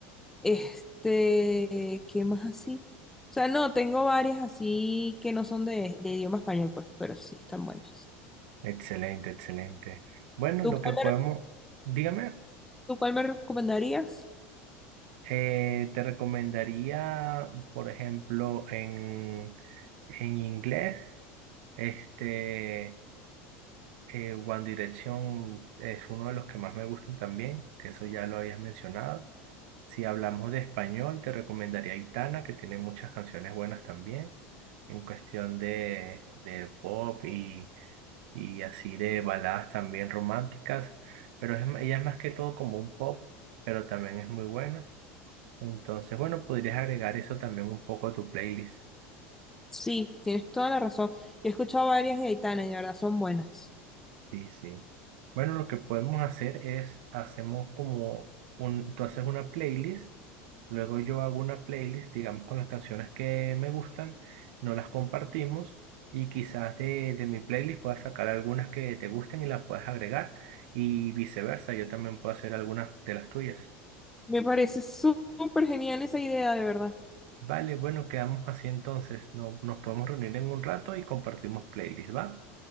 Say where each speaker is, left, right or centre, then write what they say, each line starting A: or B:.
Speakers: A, in the centre; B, on the right (about 65°).
A: Este, ¿qué más así? O sea, no, tengo varias así que no son de, de idioma español, pues, pero sí están buenas.
B: Excelente, excelente. Bueno,
A: ¿Tú
B: lo que
A: cuál,
B: podemos, dígame,
A: tú cuál me recomendarías?
B: eh, te recomendaría, por ejemplo, en, en inglés, este, eh, One Direction es uno de los que más me gustan también, que eso ya lo habías mencionado. Si hablamos de español, te recomendaría Aitana, que tiene muchas canciones buenas también, en cuestión de, de pop y, y así de baladas también románticas, pero es- ella es más que todo como un pop, pero también es muy buena. Entonces, bueno, podrías agregar eso también un poco a tu playlist.
A: Sí, tienes toda la razón. He escuchado varias de Aitana y de verdad son buenas.
B: Sí, sí. Bueno, lo que podemos hacer es, hacemos como un, tú haces una playlist, luego yo hago una playlist, digamos, con las canciones que me gustan, no las compartimos y quizás de, de mi playlist puedas sacar algunas que te gusten y las puedas agregar y viceversa, yo también puedo hacer algunas de las tuyas.
A: Me parece sú- súper genial esa idea, de verdad.
B: Vale, bueno, quedamos así entonces, no, nos podemos reunir en un rato y compartimos playlist, ¿va?